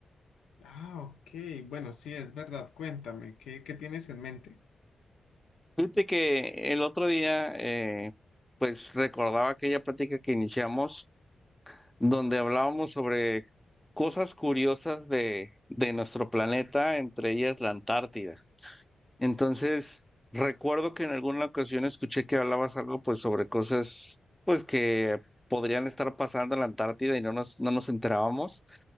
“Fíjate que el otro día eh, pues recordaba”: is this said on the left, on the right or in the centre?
Centre